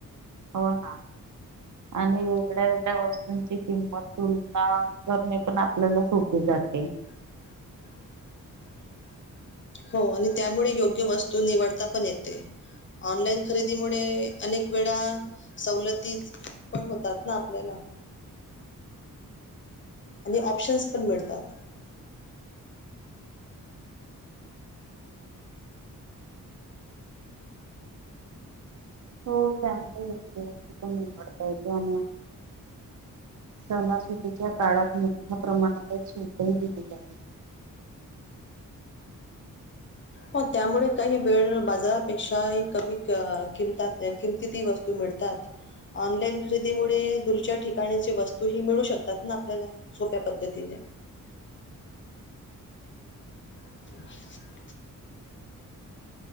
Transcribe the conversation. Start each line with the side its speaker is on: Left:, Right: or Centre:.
Right: हो ना आणि वेगळ्या- वेगळ्या वस्तूंची किंमत तुलना करणे. पण आपल्याला सोपी जाते.
Left: <inaudible> हो आणि त्यामुळे योग्य वस्तू निवडता पण येते. ऑनलाईन खरेदीमुळे अनेक वेळा सवलती पण होतात ना आपल्याला. आणि ऑप्शनस पण मिळतात.
Right: हो त्यामुळे येतय पण निवडता येत आणि आ. सणा-सुदीच्या काळात मोठ्या प्रमाणातच शटही दिली जाते.
Left: हो त्यामुळे काही वेळ बाजारापेक्षाही कमी किमत किमतीत ही वस्तू. मिळतात ऑनलाईन खरेदी मुळे दुरच्या ठिकाणीचे वस्तू ही मिळू शकतात ना आपल्याला. सोप्या पद्धतीने, ह,